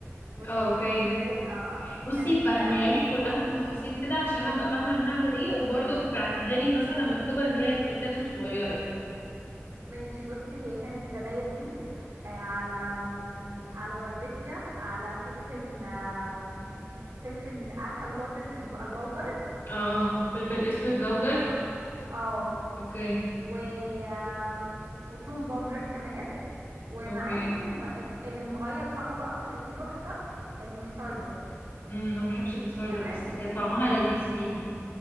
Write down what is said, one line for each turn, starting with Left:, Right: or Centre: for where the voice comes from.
Right: بصي
Left: اه اوكي
Right: كانت زبادي آه
Left: بصي
Right: كانت
Left: فهميها لي كلها بالتفاصيل كده عشان ابقى فاهمة انا هعمل ايه وبرضه بعتيها لي مثلا مكتوبة اللي هي التركات الصغيرة
Right: ماشي بصي هي كانت زبادي آه، على مم، على باربيكيا على فلفل آم، فلفل عارفة اللي هو الفلفل بيبقى البودر
Left: اه فلفل اسود باودر
Right: اه اه
Left: اوكي
Right: و آم، وتوم باودر كمان ومعاهم
Left: اوكي
Right: ال- اللي مغير طعمه بقى مخليه تحفة المستردة
Left: امم انا ما بحبش البستار
Right: تمام
Left: ده بس كان طعمها لذيذ فيها